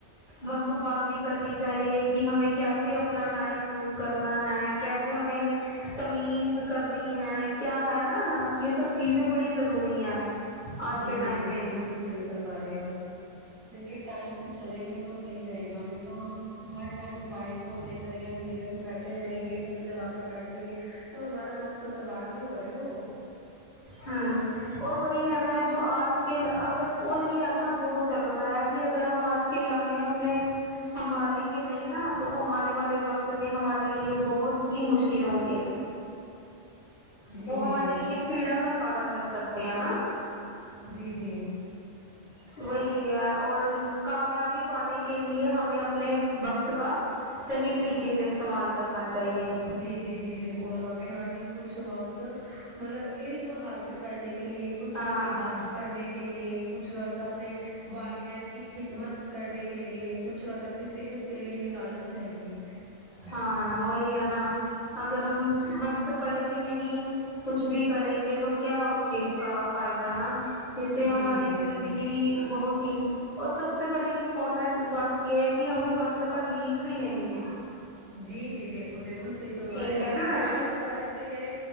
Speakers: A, on the left (about 40°); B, on the right (about 45°).
A: مسو بندی کرنی چاہیے کہ ہمیں کیسے اپنا ٹائم یوز کرنا ہے کیسے ہمیں تمیز کرنی ہے کیا ہے نا یہ سب چیزیں بڑی ضروری ہیں آج
B: جی
A: کے
B: جی
A: ٹائم
B: جی
A: میں
B: بالکل صحیح فرمارے آپ دیکھیے ٹائم سے چلیں گے تو صحیح رہے گا تو ہم ہر ٹائم موبائل فون لے کر یا میڈیا میں بیٹھے رہیں گے ٹی وی لگا کر بیٹھ رہیں گے تو ہمارا بغم تو برباد ہی ہو رہا ہے نا وہ
A: ہاں اور وہی ہے نا جو آج کے اگر اور وہی ایسا دور چل رہا ہے کہ اگر ہم آج کے لمحے اپنے سنبھالیں گے نہیں نا تو وہ آنے والے وقت میں ہمارے لیے بہت ہی مشکل ہوں گے
B: جی
A: وہ
B: جی
A: ہمارے
B: جی
A: لیے پیڑا کا کارن بن سکتے ہیں نا
B: جی جی
A: وہی ہے اور کامیابی پانے کے لیے ہمیں اپنے وقت کا صحیح طریقے سے استعمال کرنا چاہیے
B: جی جی جی بالکل ہم ہر دن کچھ وقت مطلب علم حاصل حاصل کرنے کے لیے کچھ
A: ہاں
B: وقت عبادت کرنے کے لیے کچھ وقت اپنے والدین کی خدمت کرنے کے لیے کچھ وقت اپنی صحت کے لیے نکالنا چاہیے
A: ہاں وہی ہے نا اگر ہم وقت پر ہی نہیں کچھ بھی کریں گے تو کیا اس چیز کا فائدہ نا اس سے
B: جی
A: ہماری
B: جی جی
A: زندگی
B: جی
A: بہت ج اور سب سے بڑی امپورٹینٹ بات یہ ہے کہ ہمیں وقت پر نیند بھی لینی ہے
B: جی جی بالکل بالکل صحیح فرما
A: ٹھیک
B: رہے دیکھیے
A: ہے نا
B: کچھ لوگ تو ایسے ہیں